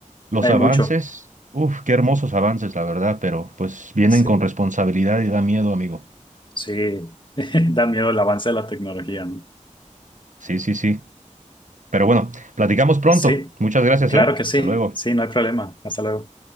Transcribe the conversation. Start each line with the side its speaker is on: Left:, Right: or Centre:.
Right: los
Left: hay
Right: avances,
Left: mucho.
Right: uff, qué hermosos avances, la verdad, pero pues vienen
Left: Sí,
Right: con responsabilidad y da miedo, amigo.
Left: sí, <laughs> da miedo el avance de la tecnología, ¿no?
Right: Sí, sí, sí. Pero bueno, platicamos pronto.
Left: Sí,
Right: Muchas gracias,
Left: claro
Right: ¿eh?
Left: que sí,
Right: Hasta luego.
Left: sí, no hay problema. Hasta luego.